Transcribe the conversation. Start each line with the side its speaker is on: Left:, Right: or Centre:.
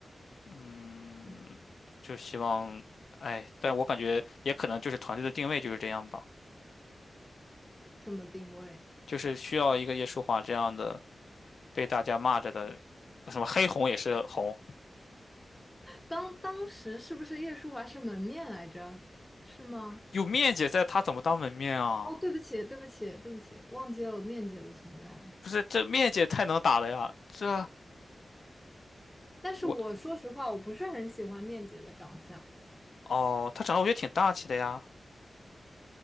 Left: 嗯，
Centre: 嗯，
Left: 就希望，哎，但我感觉也可能就是团队的定位就是这样吧，
Centre: 什么定位？
Left: 就是需要一个叶舒华这样的被大家骂着的，什么黑红也是红，
Centre: 当当时是不是叶舒华是门面来着？是吗？
Left: 有面姐在，她怎么当门面啊？
Centre: 哦，对不起，对不起，对不起，忘记了有面姐的存在了。
Left: 不是，这面姐太能打了呀！这
Centre: 但是我说实话，
Left: 我
Centre: 我不是很喜欢面姐的长相，
Left: 哦，她长得我觉得挺大气的呀。